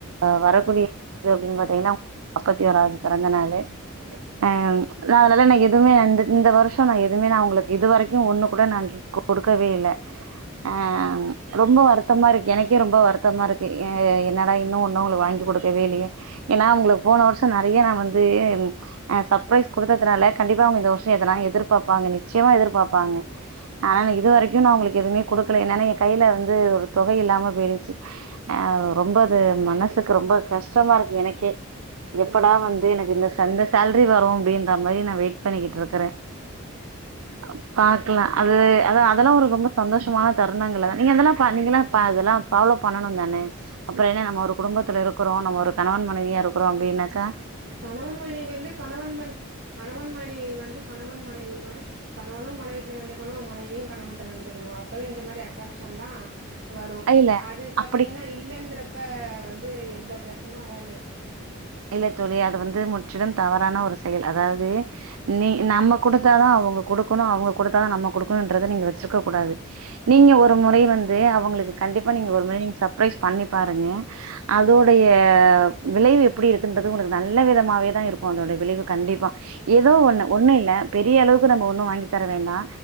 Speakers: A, on the right; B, on the right.
A: அ வரக்கூடிய ரு அப்டின் பாத்தீங்கன்னாவ் நாப்பத்தி ஒராவ்து பிறந்தநாளு அன் ளானால நா எதுமே அந்து இந்த வருஷோ நா எதுமே நா உங்ளுக் இது வரைக்கு ஒண்ண கூட நான்கி கொடுக்கவே இல்ல ஆன் ரொம்ப வருத்தமா இருக் எனக்கே ரொம்ப வருத்தமா ருக்கு எ என்னடா இன்னு ஒன்னு அவங்களு வாங்கி குடுக்கவே இல்லியே ஏன்னா அவ்ங்ளுக் போன வருஷோ நறையா நா வந்து என் அ சப்ரைஸ் குடுத்ததுனால கண்டிப்பா அவ்ங்க இந்த வர்ஷோ எதுனா எதிர்பாப்பாங்க நிச்யமா எதிர்பாப்பாங்க ஆனான இது வரைக்கு நா உங்களுக்கு எதுமே குடுக்ல என்னன்னா என் கைய்ல இருந்து ஒரு தொகை இல்லாம போய்ருச்சு ஆவ் ரொம்ப அது மனசுக்கு ரொம்ப கஷ்டமா இருக் எனக்கே எப்படா வந்து எனக் இந்த சந்த சேல்ரி வரு அப்டின்ற மாரி நா வெய்ட் பண்ணிக்கிட்ருக்குறே அ பாக்லா அதுது அதா அதல்லா ஒரு ரொம்ப சந்தோஷம தருணங்கள நீங்க அதெல்லா பா நீங்கெல்லா பா அதெல்லா ஃபாலோ பண்ணணு தானே அப்றோ என்ன நம்ம ஒரு குடும்பத்துல இருக்குறோ நம் ஒரு கணவன் மனைவியா இருக்கிறோம்னு வீனக்கா
B: கணவன் மனைவி ந்து கணவன் மனை கணவன் மனைவியை வந்து கணவன் மனைவி மாரி கணவனு மனைவிட்ட நந்துக்கணு மனைவியு கணவன்ட்ட நடந்துக்கணும் அப்பதான் இந்த மாதிரி அட்ராக்ஷன் எல்லாம் வரு
A: இல்ல
B: அது பாத்தீங்கன்னா
A: அப்டி
B: இல்லங்குறப்ப வந்து எந்த அட்ராக்ஷனு வராது
A: இல்ல துலி அது வந்து முற்றிலும் தவறான ஒரு செயல் அதாவ்து நீ நம்ம குடுத்தாதா அவங்க குடுக்குணு அவங்க குடுத்தாதா நம்ம குடுக்குணுன்றத நீங்க வச்ருக்க கூடாது நீங்க ஒரு முறை வந்து அவங்களுக்கு கண்டிப்பா நீங்க ஒரு முறை நீ சப்ரைஸ் பண்ணி பாருங்க அதோடைய விளைவு எப் அப்டி இருக்குன்றது உனது நல்ல விதமாவே தா இருக்கு அதோட விளைவு கண்டிப்பா ஏதோ ஒன்னு ஒன்னு இல்ல பெரிய அளவுக்கு நம்ம ஒன்னு வாங்கி தர வேண்டா